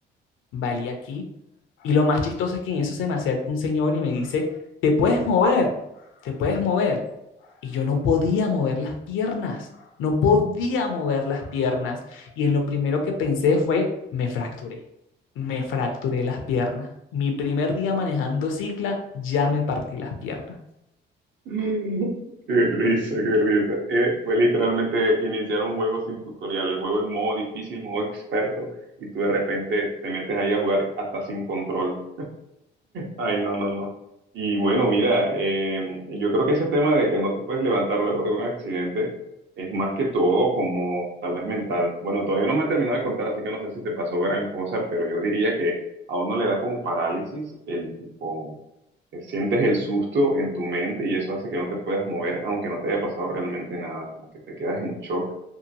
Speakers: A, on the left; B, on the right.
A: valí aquí. Y lo más chistoso es que en eso se me acerca un señor y me dice, te puedes mover, te puedes mover. Y yo no podía mover las piernas, no podía mover las piernas. Y en lo primero que pensé fue, me fracturé, me fracturé las piernas. Mi primer día manejando cicla, ya me partí las piernas.
B: <laughs> Qué risa, qué risa. Eh, fue literalmente iniciar un juego sin tutorial, el juego en modo difícil, modo experto, y tú de repente te metes ahí a jugar hasta sin control. Ay, no, no, no. Y bueno, mira, eh, yo creo que ese tema de que no te puedes levantar luego de un accidente es más que todo como tal vez mental. Bueno, todavía no me ha terminado de contar, así que no sé si te pasó gran cosa, pero yo diría que a uno le da como parálisis el tipo, eh, sientes el susto en tu mente y eso hace que no te puedas mover, aunque no te haya pasado realmente nada, como que te quedas en shock